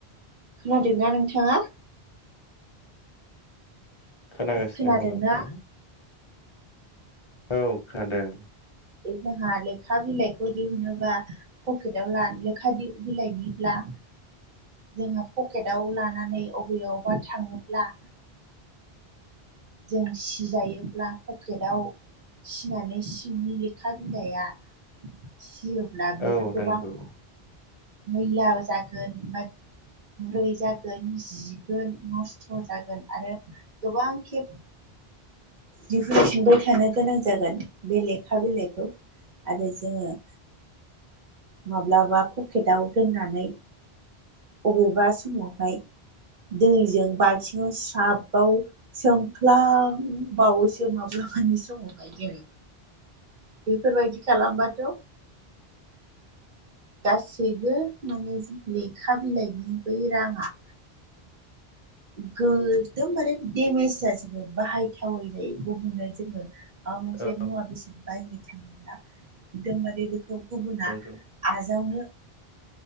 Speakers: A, on the right; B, on the left.
A: खोनादोंना नोंथाङा <inaudible>
B: खोनागासिनो
A: खोनादोंना
B: औ नोंथां। औ खोनादों।
A: बे जोंहा लेखा बिलाइखौ दिहुनोबा फकेदाव ला लेखा बि-बिलाइनिब्ला जोंहा पकेदाव लानानै अबेयावबा थाङोब्ला जों सिजायोब्ला पकेदाव सिनानै सिंनि लेखा बिलाइया सियोब्ला बियो
B: औ
A: गोबां
B: नंगौ
A: मैला जागोन बा गुरै जागोन जिगोन नस्थ' जागोन आरो गोबां खेब दिहुनफिनबाय थानो गोनां जागोन बे लेखा बिलाइखौ। आरो जोङो माब्लाबा पकेदाव दोननानै अबेबा समावहाय दैजों बालथिङाव स्राबाव सोमफ्लां बावोसो माब्लाबानि समावहाय जोङो। बेफोरबायदि खालामबाथ' गासैबो माने लेखा बिलाइनि बै राङा गो दोम माने देमेज जाजोबो बाहायथावै जायो गुबुननो जोङो आ मोनसे
B: औ
A: मुवा बेसेाद बायनो थाङोब्ला एकदमबारे बेखौ गुबुना
B: नंगौ
A: आजावनो